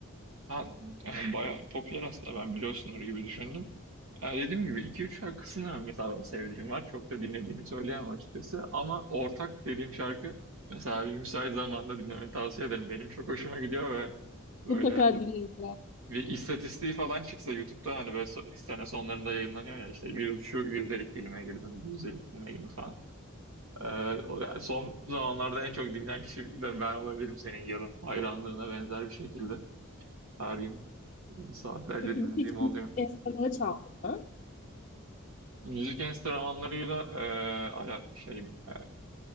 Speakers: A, on the right; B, on the left.
A: Ha yani bayağı popüler aslında ben biliyorsundur gibi düşündüm. Yani dediğim gibi iki üç şarkısını mesela ben sevdiğim var. Çok da dinlediğimi söyleyemem açıkçası. Ama Ortak dediğim şarkı mesela bir müsait zamanda dinlemeni tavsiye ederim. Benim çok hoşuma gidiyor ve böyle
B: Mutlaka dinleyeceğim.
A: Bir istatistiği falan çıksa YouTube'da hani böyle so- sene sonlarında yayınlanıyor ya işte yüz- şu yüzdelik dilime girdim bu yüzdelik dilime girdim falan. Ee, o yani son zamanlarda en çok dinlenen kişi de ben olabilirim senin yarın hayranlığına benzer bir şekilde. Her gün saatlerce
B: Peki
A: dinlediğim
B: bu hiç
A: oluyor.
B: müzik enstrümanı çaldın mı?
A: Müzik enstrümanlarıyla e, ala şey e,